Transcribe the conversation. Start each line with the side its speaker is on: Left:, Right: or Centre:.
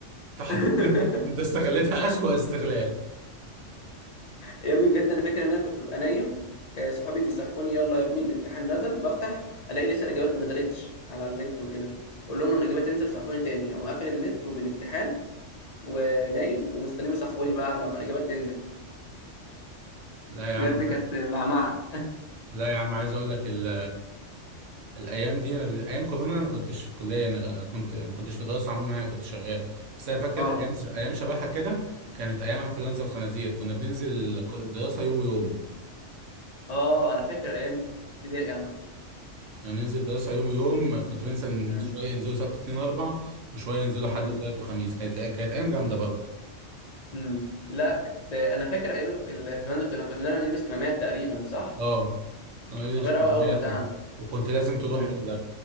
Right: انت حرفياً-
Left: <laughs>
Right: أنت استغلتها اسوأ استغلال
Left: يا ابني بجد انا فاكر ان انا كنت ببقى نايم آه، صحابي بيصحوني يلا يا ابني الامتحان نزل بفتح الاقي لسه الاجابات ما نزلتش على النت وكده اقول لهم لما الاجابات تنزل صحوني تاني اقوم قافل النت وبالامتحان ونايم ومستنيهم يصحوني بقى لما الاجابات تنزل
Right: لا يا
Left: بجد
Right: عم
Left: كانت معمعه
Right: لا يا عم عايز اقول لك ال- الايام دي انا بن- ايام كورونا انا ما كنتش في كليه انا كنت ما كنتش في دراسه عموما يعني كنت شغال بس انا فاكر
Left: اه
Right: ايام ايام شبهها كده كانت ايام انفلونزا الخنازير كنا بننزل ال- الدراسه يوم ويوم
Left: اه انا فاكر الايام دي كنت في ابتدائي
Right: كنا بننزل الدراسه يوم ويوم كنت بننزل
Left: انا
Right: شويه ينزلوا سبت اثنين واربع وشويه ينزلوا حد
Left: امم
Right: وثلاث وخميس كانت كانت ايام جامده برضه
Left: امم لا كنت انا فاكر ايام ال- الفنادق كنا كنا بنلبس كمامات تقريبا صح
Right: اه
Left: كنت
Right: أنا لابس
Left: صغير
Right: كميات
Left: قوي قوي وقتها
Right: و-
Left: انا
Right: وكنت لازم تروح
Left: امم
Right: ال-